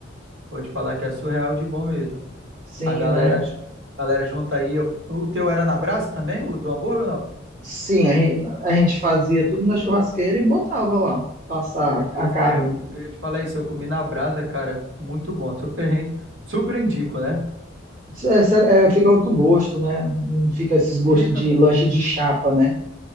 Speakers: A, on the right; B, on the right.
A: Vou te falar que é surreal de bom mesmo.
B: Sim,
A: A galera,
B: né?
A: a galera junta aí. eu- o teu era na brasa também, o do hambúrguer, ou não?
B: Sim, a gente, a gente fazia tudo na churrasqueira e botava lá, passar
A: Pois
B: a a carne.
A: é, eu, eu ia te falar isso. Eu comi na brasa, cara. Muito bom. Super, re- super indico, né?
B: É, sério, é, fica outro gosto, né? Fica esses gostos
A: Fica,
B: de lanche de chapa, né?